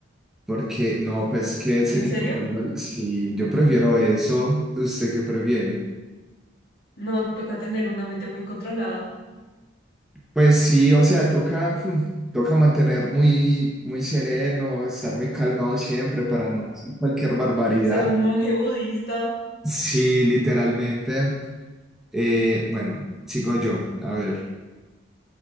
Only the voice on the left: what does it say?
¿En
serio?
No, toca tener una mente muy controlada,
ser un monje budista.